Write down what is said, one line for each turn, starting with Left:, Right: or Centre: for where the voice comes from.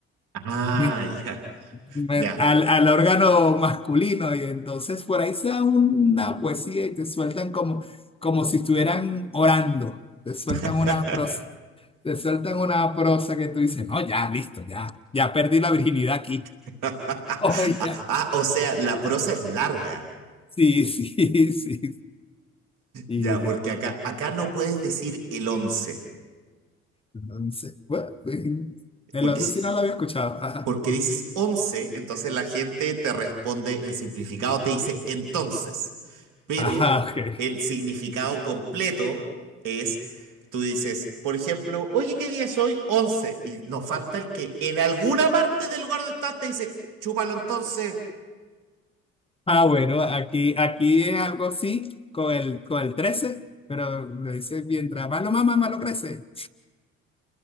Right: Ah,
Left: <laughs>
Right: ya,
Left: Me-
Right: ya.
Left: Al, al órgano masculino y entonces por ahí se da una poesía y te sueltan como, como si estuvieran orando, te sueltan
Right: <laughs>
Left: una prosa, te sueltan una prosa que tú dices, no, ya, listo, ya, ya perdí la virginidad aquí.
Right: <laughs>
Left: <laughs> Oye,
Right: Ah, o sea, la prosa es larga.
Left: sí, sí, sí. sí.
Right: Ya, porque acá, acá no puedes decir el 11,
Left: entonces Bueno,
Right: Porque,
Left: El once
Right: si-
Left: sí no lo había escuchado. Ajá.
Right: porque dices 11, entonces la gente te responde en simplificado, te dice entonces. Pero
Left: Ajá, ok.
Right: el significado completo es, tú dices, por ejemplo, oye, ¿qué día es hoy? 11. Y nos falta el que en alguna parte del lugar donde estás te dice, chúpalo entonces.
Left: Ah, bueno, aquí, aquí es algo así con el, con el 13 pero le dice, mientras más lo mama, más lo crece.